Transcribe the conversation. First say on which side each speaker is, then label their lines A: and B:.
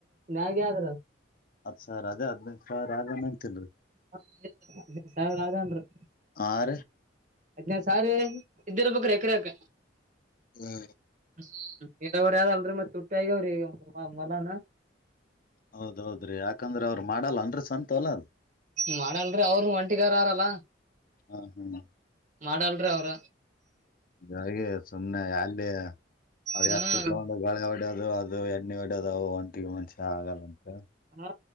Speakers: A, on the right (about 40°); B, on the left (about 50°).
A: ಹಾಗ ಆದ್ರ.
B: ಅದ್ ಹತ್ತು ಸಾವಿರ ಅದ ಹದ್ನೈ ಸಾವಿರ ಆನ ಅಂತಲ್ರರಿ.
A: ಹಾ ಸಾವಿರ ಆದನ್ರು <unintelligible>
B: ಹಾ ರೀ
A: ಹದ್ನ ಸಾವರಿ ಇದ್ದರ ಬ್ರಿ ಎಕ್ರ ಯಕ.
B: ಹ್ಮ್ <unintelligible>
A: ಹ್ಮ್ ನೀರಾವರಿ ಯದ ಅಲ್ರಿ ಮತ್ತತ್ ತುಟ್ಟಿ ಆಗಾವ್ರಿ ಮನಾನ.
B: ಹೌದೌದ್ರಿ ಯಾಕಂದ್ರ ಅವ್ರರು ಮಾಡಲ್ಲ ಅನ ಸ್ವಂತ ಅಲ್ಲ
A: ಮಾಡಲ್ರಿ ಅವರು ಒಂಟಿಗಾರ ಆರಲ್ಲ
B: ಹಾ ಹ್ಮ
A: ಮಾಡಲ್ರಿ ಅವ್ರ
B: ಜ ಸುಮನೆ ಯ <unintelligible> ಅ ಅ
A: ಹ್ಮ್
B: ಹತ್ತು ತಗೊಂಡ ಬೆಳೆ <unintelligible> ಅದು ಅದು ಎಣ್ಣ ಎಡ ಅದು ಒಂಟಿಗೆ ಮನ್ಷ್ಯ ಆಗಲ್ಲಂತ‌.
A: ಹ